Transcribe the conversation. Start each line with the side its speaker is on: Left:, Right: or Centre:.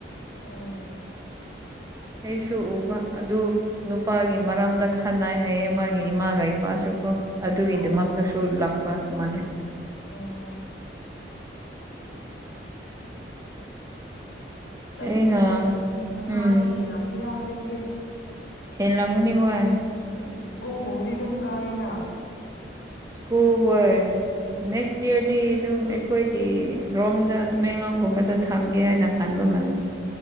Left: ꯎꯝ
Right: ꯑꯩꯁꯨ ꯎꯕ ꯑꯗꯨ ꯅꯨꯄꯥꯒꯤ ꯃꯔꯝꯗ ꯈꯟꯅꯩ ꯍꯥꯏꯌꯦ ꯃꯥꯒꯤ ꯏꯃꯥꯒ ꯏꯄꯥꯁꯨ ꯀꯣ ꯑꯗꯨꯒꯤꯗꯃꯛꯇꯁꯨ
Left: ꯑꯣ
Right: ꯂꯥꯛꯄ ꯃꯥꯜꯂꯦ
Left: ꯑꯣ ꯆꯍꯤ
Right: ꯑꯩꯅ
Left: ꯃꯉꯥꯗꯤ
Right: ꯎꯝ
Left: ꯍꯦꯜꯂꯝꯅꯤꯗ ꯍꯧꯖꯤꯛꯇꯤ
Right: ꯍꯦꯜꯂꯝꯒꯅꯤꯕꯨ ꯍꯥꯏ
Left: <unintelligible> ꯁ꯭ꯀꯨꯜꯒꯨꯝꯕꯗꯤ ꯑꯗꯨꯝ ꯀꯥꯏꯌꯦꯅ
Right: ꯁ꯭ꯀꯨꯜ ꯍꯣꯏ ꯅꯦꯛꯁ ꯌꯤꯑꯔꯗꯤ ꯑꯗꯨꯝ ꯑꯩꯈꯣꯏꯒꯤ ꯔꯣꯝꯗ ꯇꯃꯦꯡꯂꯣꯡꯒꯨꯝꯕꯗ ꯊꯝꯒꯦ ꯍꯥꯏꯅ ꯈꯟꯕ ꯃꯥꯜꯂꯦ